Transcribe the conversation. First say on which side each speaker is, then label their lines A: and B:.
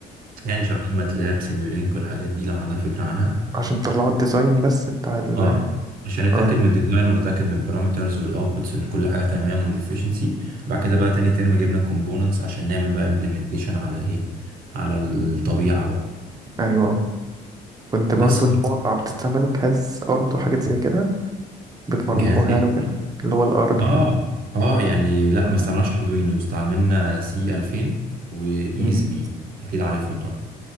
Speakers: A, on the right (about 60°); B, on the right (about 20°).
A: يعني شغالين ماتلاب سيميولينك والحاجات دي لو عندك فكرة عنها
B: عشان طلعوا الديزاين بس بتاع ال
A: اه عشان نتاكد
B: اه
A: من الديزاين ونتاكد من البارامترز والاوتبوتس ان كل حاجه تمام والافشنسي بعد كده بقى تاني ترم جبنا الكومبوننتس عشان نعمل بقى امبلمنتيشن على ايه على الطبيعه بقى
B: ايوه كنت برضو
A: بس
B: اللي هو بتستعملوا جهاز ارض وحاجات زي كده بتبرمجوها
A: جهاز ايه
B: يعني وكده اللي هو الارض
A: اه اه يعني لا
B: آه.
A: ما استعملناش اردوينو استعملنا سي 2000 واي
B: مم.
A: اس بي اكيد عارفهم طبعا